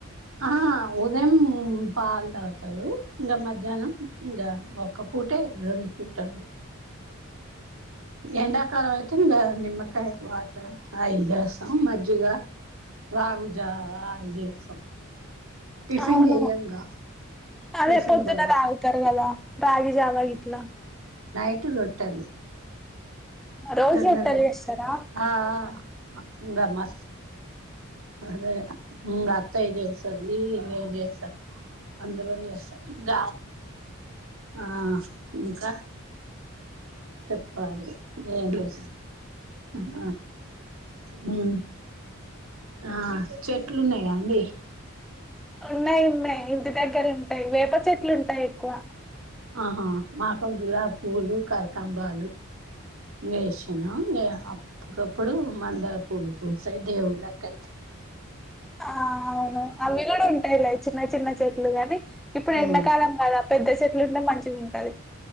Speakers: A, on the right; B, in the centre.
A: ఆ.. ఉదయం పాలు తాగుతారు ఇంగ మధ్యాహ్నం ఇంగ ఒక్క పూటే రెండు పూటలు ఎండాకాలం నిమ్మకాయ వాటర్ అయి చేస్తాం మజ్జిగ రాగి జావా అది జేస్తం టిఫిన్
B: అవును
A: చెయ్యంగా
B: అదే
A: టిఫిన్
B: పొద్దున
A: బాగు
B: తాగుతారు కదా రాగి జావా గిట్ల
A: ఉట్టి రొట్టెలు
B: రోజు
A: జొన్న
B: రొట్టెలు
A: రొట్టె
B: చేస్తారా
A: ఆఆ.. ఇంగ మస్తు అద మ్ ఇంగ అత్తయ్య చేస్తది నేను చేస్తా అందులోని చేస్తాం ఇంగ హా ఇంక చెప్పాలి ఏం లేదు హ మ్మ్ ఆ చెట్లు ఉన్నయా అండి?
B: ఉన్నాయి ఉన్నాయి ఇంటి దగ్గర ఉంటాయి వేప చెట్లు ఉంటాయి ఎక్కువ
A: ఆహా మాకు గులాబీ పూలు కనాకంబరాలు ఇంగయేసిన అప్పుడప్పుడు మందార పూలు పూస్తయి దేవుళ్ళకి అయితయి
B: ఆ అవును అవి గూడ ఉంటాయిలే చిన్న చిన్న. చిన్న చెట్లు గాని ఇప్పుడు
A: ఉమ్
B: ఎండాకాలం కదా పెద్ద చెట్లుంటే మంచిగా ఉంటది